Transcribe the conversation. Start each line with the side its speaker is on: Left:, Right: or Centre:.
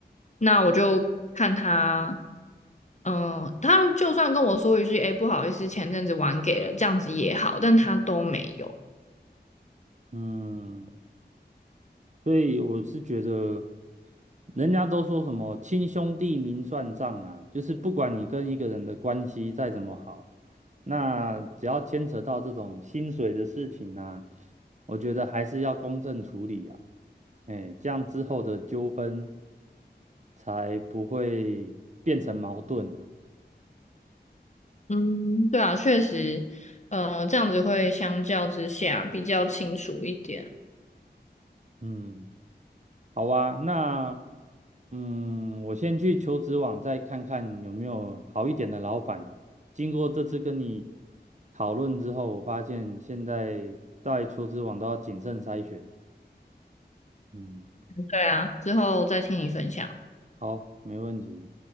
Left: 那我就看他，嗯、他就算跟我说一句，哎、不好意思，前阵子晚给了，这样子也好，但他都没有。
Right: 嗯，所以我是觉得，人家都说什么亲兄弟明算账啊，就是不管你跟一个人的关系再怎么好，那只要牵扯到这种薪水的事情啊，我觉得还是要公正处理啊，哎，这样之后的纠纷才不会变成矛盾啊。
Left: 嗯，对啊，确实，呃，这样子会相较之下比较清楚一点。
Right: 嗯，好啊，那。嗯，我先去求职网再看看有没有好一点的老板。经过这次跟你讨论之后，我发现现在在求职网都要谨慎筛选。嗯，
Left: 对啊，之后再听你分享。
Right: 好，没问题。